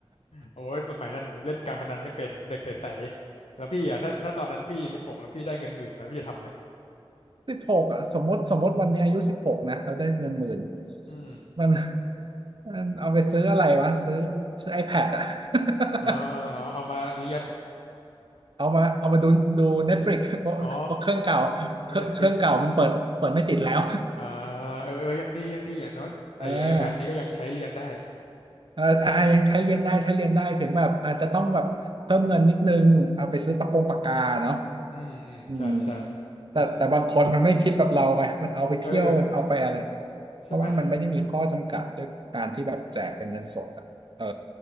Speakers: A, on the left; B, on the right.
A: โอ้ยสมัยนั้นผมเล่นการพนันไม่เป็นผมเด็กใสๆแล้วพี่อ่ะถ้าถ้าตอนนั้นพี่สิบหกแล้วพี่ได้เงินหมื่นมาพี่จะทำอะไร
B: <laughs> สิบหกอะสมมติสมมติวันนี้อายุสิบหกนะเราได้เงินหมื่น
A: อืม
B: มันมันเอาไปซื้ออะไรวะซื้อซื้อ iPad อะ <laughs>
A: อ๋อเอาเอามาเรียน
B: เอามาเอามาดูดู Netflix เพราะเพราะเครื่องเก่า
A: อ๋อดูเน็ตฟิก
B: เครื่องเครื่องเก่ามันเปิดเปิดไม่ติดแล้ว
A: อ่าเออเออยังดียังดีอย่างน้อยไอไอแพดนี้ก็ยังใช้เรียนได้
B: <laughs> เออเอออ่ายังใช้เรียนได้ใช้เรียนได้ถึงแบบอาจจะต้องแบบเพิ่มเงินนิดนึงเอาไปซื้อปากกงปากกาเนาะ
A: อืมอืมใช่ใช่
B: อืมแต่แต่บางคนมันไม่คิดแบบเราไงมันเอาไปเที่ยว
A: แต่เออ
B: มันเอาไปอะไร เพราะว่ามันไม่ได้มีข้อจำกัดด้วยการที่แบบแจกเป็นเงินสดอ่ะเออ
A: ใช่ไหม